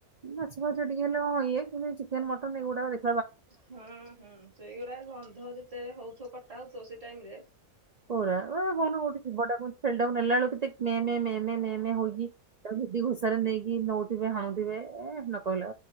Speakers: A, on the right; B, on the right.
A: ମାଛ ଫାଛ ଟିକେ ହେଲେ ହଁ ଇଏ କିନ୍ତୁ ଏଇ ଚିକେନ ମଟନ ଏଗୁଡାକ ଦେଖ୍
B: ହୁଁ-ହୁଁ ସେଇଗୁରା ଗନ୍ଧ ଯେତେ ହଉଥିବ କଟା ହଉଥିବ ସେ ଟାଇମରେ
A: <inaudible> ପରା <inaudible> ଗୋଟେ ଜୀବଟାକୁ ଛେଳିଟାକୁ ନେଲାବେଳକୁ କେତେ ମେଁ-ମେଁ- ମେଁ ମେଁ-ମେଁ-ମେଁ ହୋଇକି ତାକୁ ଭିଡି ଘୋଷାରୀ ନେଇ କି ନଉଥିବେ ହାଣୁଥିବେ ଏ ନ କହିଲେ